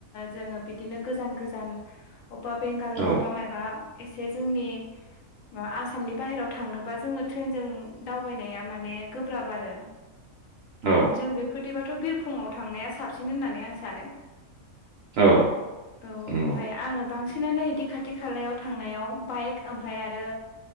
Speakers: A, on the left; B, on the right.
A: जोङो बिदिनो गोजान गोजान अबेबा बेंगालर
B: औ
A: बा माबा एसे जोंनि मा आसाम आसामनि बाहेराव थांनोबा जोङो ट्रेनजों दावबायनाया माने गोब्राब आरो
B: औ।
A: जों बेफोरदिबाथ' बिरखंआव थांनाया साबसिन होननानै आं सानो।
B: औ औ
A: औ
B: नंगौ
A: ओमफ्राय आङो बांसिनानो इदि खाथि खालायाव थांनायाव बाइक ओमफ्राय आरो